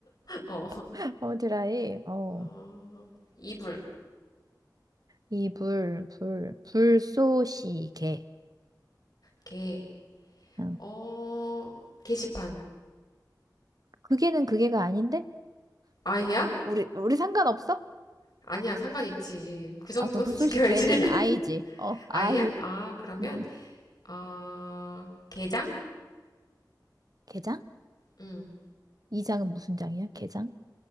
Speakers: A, on the left; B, on the right.
A: <laughs> 어,
B: <laughs> 어, 드라이. 어.
A: 어, 이불,
B: 이 불, 불, 불쏘시개.
A: 개,
B: 어.
A: 어, 게시판.
B: 그게는 그게가 아닌데?
A: 아이야?
B: 우리, 우리 상관없어?
A: 아니야, 상관 있지. 그 정도는
B: 아, 그럼 불쏘시개는
A: <laughs> 지켜야지.
B: 아이지. 어,
A: 아이야?
B: 아이.
A: 아, 그러면,
B: 음.
A: 어, 게장?
B: 게장?
A: 음.
B: 이 장은 무슨 장이야? 게장?